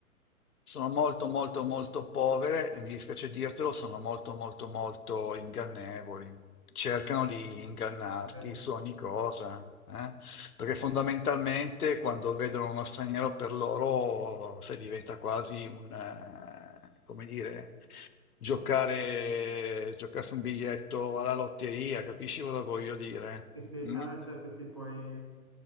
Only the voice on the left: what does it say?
sono molto, molto, molto povere e mi dispiace dirtelo, sono molto, molto, molto ingannevoli. Cercano di ingannarti
su ogni cosa, eh? Perché fondamentalmente quando vedono uno straniero per loro, sai, diventa quasi un, eh, come dire giocare, giocarsi un biglietto alla lotteria, capisci cosa voglio dire?
Mm?